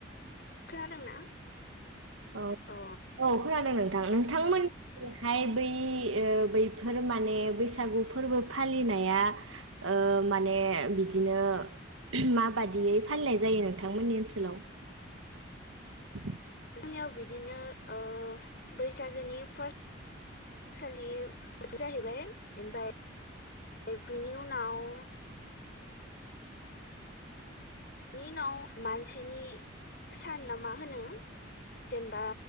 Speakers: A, on the left; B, on the right.
A: खोनादोंना
B: औ
A: अ
B: औ खानादों नों थां नोंथांमोननिहाय बै बैफोर माने बैसागु फोरबो फालिनाया ओ माने बिदिनो <unintelligible> माबादियै फालिनाय जायो नोंथांमोननि ओनसोलाव <inaudible>
A: जोंनियाव बिदिनो ओ बैसागोनि फार्स्ट खालि जाहैबाय ओमफाय बिनि उनाव बिनि उनाव मानसिनि सान ना मा होनो जेनबा